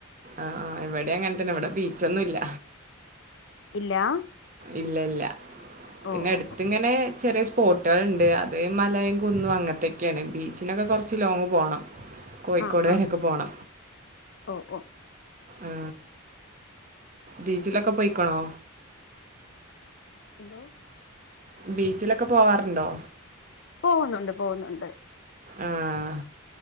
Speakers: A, on the right; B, on the left.
A: ആഹ എവിടെ അങ്ങനെത്തന്നെ ഇവിടെ ബീച്ചൊന്നുംല്ല
B: ഇല്ല
A: ഇല്ല ഇല്ല പിന്നെ
B: ഓ
A: അടുത്തിങ്ങനെ
B: ഓ
A: ചെറിയ സ്പോട്ടുകളുണ്ട് അത് മലയും കുന്നും അങ്ങനത്തൊക്കെയാണ് ബീച്ചിനൊക്കെ കുറച്ച് ലോങ്ങ് പോകണം കോഴിക്കോട്
B: ആഹ് ആഹ്
A: വരെയൊക്കെ
B: ആ
A: പോകണം
B: ഓ ഓ
A: ആ ബീച്ചിലൊക്കെ പോയിക്ക്ണോ
B: എന്തോ
A: ബീച്ചിലൊക്കെ പോവാറുണ്ടോ
B: പോകുന്നുണ്ട് പോകുന്നുണ്ട്
A: ആഹ